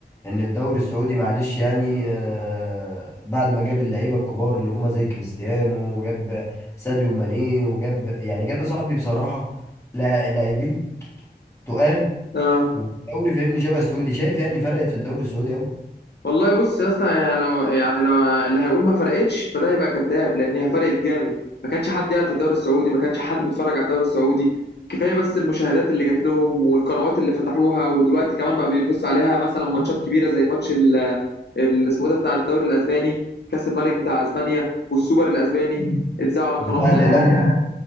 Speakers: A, on the left; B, on the left.
A: ان الدوري السعودي معلش يعني آه، بعد ما جاب اللعيبه الكبار اللي هم زي كريستيانو وجاب ساديو ماني وجاب يعني جاب يا صاحبي بصراحه لا- لاعبين تقال
B: آه.
A: والدوري فاهمني شبه السعودي شايف يعني فرقت في الدوري السعودي اهو
B: والله بص يا اسطى يا لو يعني لو اللي هيقول ما فرقتش فده هيبقى كذاب لان هي فرقت جامد ما كانش حد يعرف الدوري السعودي ما كانش حد بيتفرج على الدوري السعودي كفايه بس المشاهدات اللي جات لهم والقنوات اللي فتحوها ودلوقتي كمان بقى بيبص عليها مثلا ماتشات كبيره زي ماتش اللي اسمه إيه ده بتاع الدوري الاسباني كاس الملك بتاع اسبانيا والسوبر الاسباني اتذاعوا على القناه
A: بتاع
B: بتاعتهم
A: الهلال